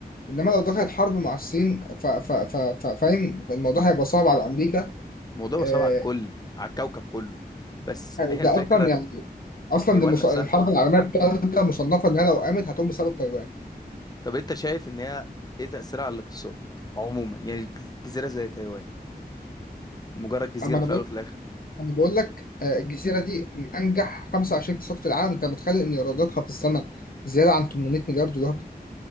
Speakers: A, on the left; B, on the left.
A: إنما لو دخلت حرب مع الصين ف... ف... ف... ف... فاهم الموضوع هيبقى صعب على أمريكا
B: الموضوع بقى
A: آه،
B: صعب على الكل على الكوكب كله بس هي
A: ده
B: الفكرة
A: اصلا يعني اصلا
B: تايوان
A: دي مص...
B: نفسها
A: الحرب العالميه الثالثه مصنفه انها لو قامت هتقوم بسبب تايوان
B: طب انت شايف ان هي ايه تأثيرها على الاقتصاد عموما يعني ج- جزيرة زي تايوان مجرد جزيرة
A: اما انا
B: في
A: بقول
B: الاول وفي الاخر
A: انا بقول لك آه، الجزيره دي من انجح 25 اقتصاد في العالم انت متخيل ان ايراداتها في السنه زياده عن 800 مليار دولار